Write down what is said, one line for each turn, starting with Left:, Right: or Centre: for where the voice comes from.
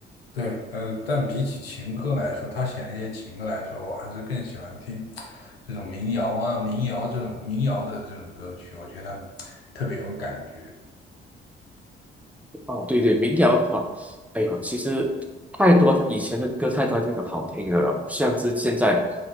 Left: 对，呃，但比起情歌来说，他写那些情歌来说，我还是更喜欢听这种民谣啊、民谣这种民谣的这种歌曲，我觉得特别有感觉。
Centre: 哦，对对，民谣的话，哎呦，其实太多以前的歌太多太多好听了，不像之现在。